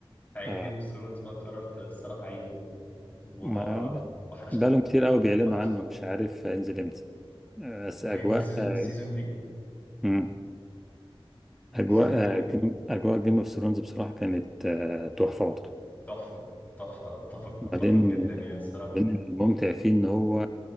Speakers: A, on the left; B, in the centre.
A: هعيد
B: آه.
A: جيم اوف ثرونز فقررت الصراحة اعيده الموضوع
B: ما
A: وحشني
B: بقالهم كتير قوي بيعلنوا
A: وحشني
B: عنه مش عارف هينزل امتى آه، بس اجواء
A: هينزل سيزون
B: آه.
A: سيزون جديد
B: مم. اجواء
A: سيزون جديد
B: آه، جيم اجواء جيم اوف ثرونز بصراحه كانت آه، تحفه برضه
A: تحفة تحفة أتفق أتفق
B: بعدين
A: جدا يعني الصراحة
B: من الممتع فيه ان هو